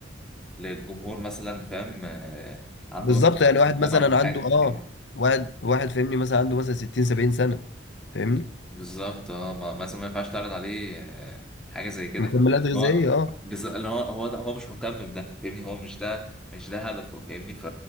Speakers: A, in the centre; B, on the left.
A: للجمهور مثلا فاهم آه، عنده
B: بالظبط
A: مثلا 50
B: يعني واحد مثلا
A: سنة ولا
B: عنده
A: حاجة
B: اه واحد واحد فاهمني مثلا عنده مثلا 60 70 سنة فاهمني
A: بالظبط اه ما مثلا ما ينفعش تعرض عليه آه، حاجه زي كده
B: مكملات
A: فاهمني؟
B: غذائية
A: إن هو
B: اه
A: بز... اللي هو هو ده هو مش مهتم بده فاهمني هو مش ده مش ده هدفه فاهمني ف...